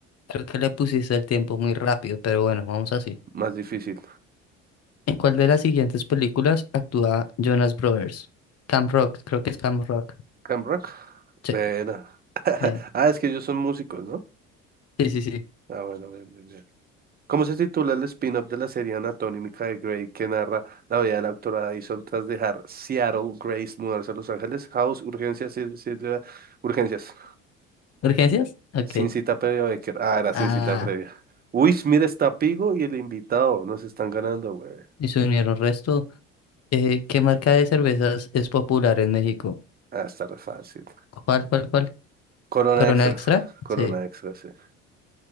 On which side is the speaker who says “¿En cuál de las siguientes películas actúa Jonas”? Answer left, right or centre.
Left